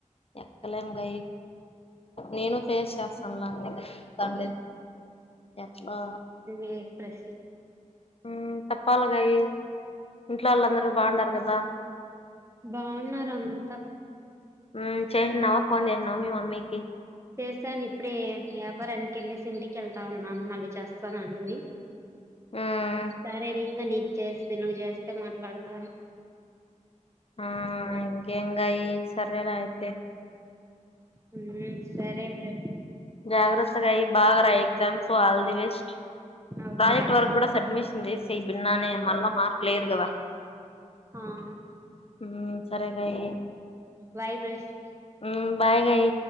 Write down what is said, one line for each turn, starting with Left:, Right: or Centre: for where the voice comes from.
Left: ఎక్కలేము. గయ్ నేను ఫేస్ చేస్తా ఉండ్లా పంన్లే ఎట్లా
Right: ఏ ప్రెస్సి
Left: మ్ తప్పాలగాయి ఇంట్లో వాళ్లందరు బాంగుండ రు కదా
Right: బాగున్నారు అంతా
Left: హ్మ్ చేసినవా ఫోన్ చేసినావ మీ మమ్మీకి?
Right: చేశాను ఇప్పుడే వ్యాపారానికెళ్ళేసి ఇంటికి వెళ్తా ఉన్నాను మళ్ళీ చేస్తాననింది.
Left: మ్మ్
Right: సరే నేన్గూడ నీక్ చేస్తే నువ్వు జేస్తే మాట్లాడతాను.
Left: ఆ ఇంకేం గాయి సరేలే అయితే.
Right: హ్మ్ సరే ఫ్రెం
Left: జాగ్రత్త గాయి బాగ రాయి exam all the best.
Right: Okay
Left: project
Right: bye
Left: work గూడ సడ్మిషన్ జేస్సేయ్ బిన్నానే మళ్ళ మార్కులెయ్యరు గదా.
Right: ఆఁ
Left: హ్మ్ సరే గాయ్
Right: బాయ్ ప్రెస్
Left: హమ్ బాయ్ గాయ్.